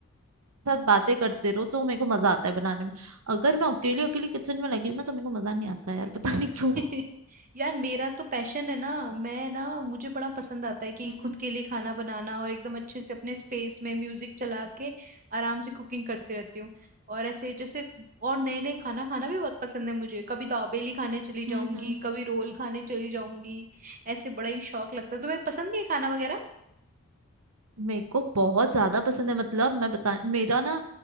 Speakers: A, on the right; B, on the right.
A: साथ बातें करते रहो तो मेरे को मजा आता है बनाने में अगर मैं अकेली अकेली किचन में लगी हूँ ना तो मेरे को मजा नहीं आता है यार पता नहीं क्यों
B: <laughs> यार मेरा तो पैशन है ना मैं ना मुझे बड़ा पसंद आता है कि
A: हम्म
B: खुद के लिए खाना बनाना और एकदम अच्छे से अपने स्पेस में म्यूजिक चला के आराम से कुकिंग करती रहती हूँ और ऐसे जैसे और नए नए खाना खाना भी बहुत पसंद है मुझे कभी दाबेली खाने चली
A: हम्म
B: जाऊंगी
A: हम्म।
B: कभी रोल खाने चली जाऊंगी ऐसे बड़ा ही शौक लगता है तुम्हें पसंद नहीं है ये खाना वगैरह
A: मेरे को बहुत ज्यादा पसंद है मतलब मैं बता मेरा ना